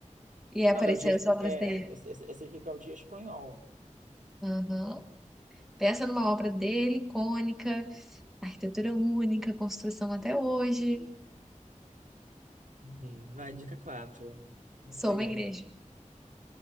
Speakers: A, in the centre; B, on the right (about 80°).
A: E aí apareciam
B: Não, Gaudí é... es-
A: as obras
B: é,
A: dele.
B: Eu, se- eu sei que Gaudí é espanhol.
A: Aham. Pensa numa obra dele, icônica, arquitetura única, construção até hoje.
B: E Vai, dica quatro. Não
A: Sou
B: sei.
A: uma igreja.
B: ainda.